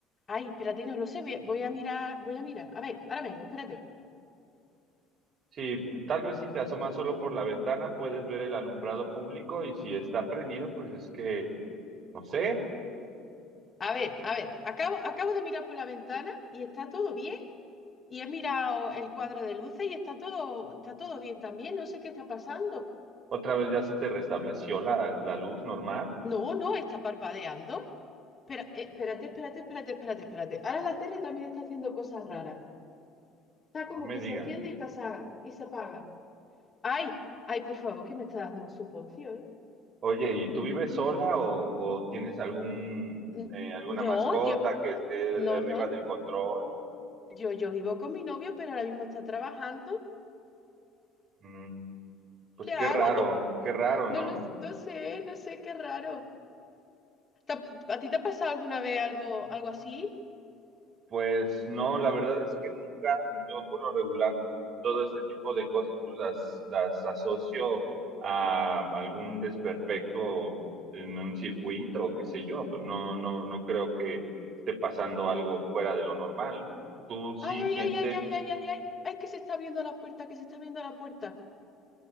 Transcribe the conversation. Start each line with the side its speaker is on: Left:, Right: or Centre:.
Left: ay, espérate, no lo sé, voy a, voy a mirar, voy a mirar. A ver, ahora vengo, espérate.
Right: Sí, tal vez si te asomas solo por la ventana puedes ver el alumbrado público y si está prendido, pues es que, no sé,
Left: A ver, a ver, acabo, acabo de mirar por la ventana y está todo bien. Y he mirado el cuadro de luces y está todo, está todo bien también. No sé qué está pasando.
Right: otra vez ya se te restableció la, la luz normal.
Left: No, no, está parpadeando. Espera, eh, espérate, espérate, espérate, espérate, espérate. Ahora la tele también está haciendo cosas raras. Está como
Right: No me
Left: que
Right: digas.
Left: se enciende y pasa y se apaga. Ay, ay, por favor, que me está dando un suponcio, ¿eh?
Right: Oye, ¿y tú vives sola o, o tienes algún,
Left: N-
Right: eh, alguna
Left: No,
Right: mascota
Left: yo,
Right: que esté
Left: no,
Right: arriba
Left: no.
Right: del control?
Left: Yo, yo vivo con mi novio, pero ahora mismo está trabajando.
Right: Mm, pues
Left: ¿Qué
Right: qué
Left: hago?
Right: raro,
Left: <laughs>
Right: qué raro, ¿no?
Left: No, lo s- no sé, no sé, qué raro. ¿Te ha- ¿A ti te ha pasado alguna vez algo, algo así?
Right: Pues no, la verdad es que nunca, yo por lo regular, todo este tipo de cosas, pues las, las asocio a algún desperfecto en un circuito o qué sé yo. pues, No, no, no creo que esté pasando algo fuera de lo normal. ¿Tú sí
Left: Ay, ay,
Right: sientes,
Left: ay, ay, ay, ay, ay, ay, ay, que se está abriendo la puerta, que se está abriendo la puerta.